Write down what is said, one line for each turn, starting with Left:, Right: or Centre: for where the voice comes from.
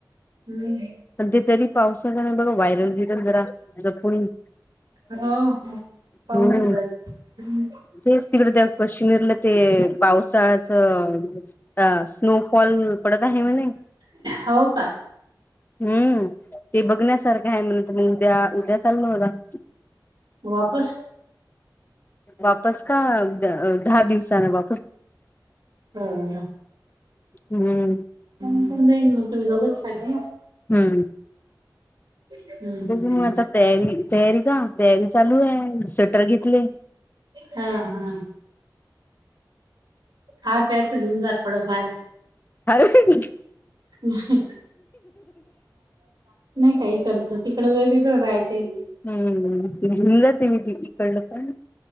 Right: हम्म.
Left: पण ते तरी पावसाच जरा बगा वायरल बिअरलं जरा जपून.
Right: हो हो पाऊनच
Left: हम्म
Right: जा हम्म.
Left: तेच तिकड त्या कश्मीरला ते पावसाळ्याचं, अ स्नोफॉल पडत आहे म्हणे
Right: हो का.
Left: हम्म ते बघण्यासारखं आहे म्हण मग उद्या उद्या चाललो आत्ता.
Right: वापस?
Left: वापस का गं दहा दिवसान वापस.
Right: होय का.
Left: हम्म
Right: कोण कोण जाईन मग तुम्ही दोघच चालले.
Left: हम्म.
Right: हं
Left: बघु मग
Right: हं
Left: आता तयारी तयारी का तयारी चालू आहे स्वेटर घेतले.
Right: हा हा. खा प्याच घेऊन जा थोडंफार.
Left: काही बी
Right: नाही काय इकडचं तिकड वेगळीकडे राहते.
Left: हम्म ह घेऊन जा तुम्ही इकडं पण.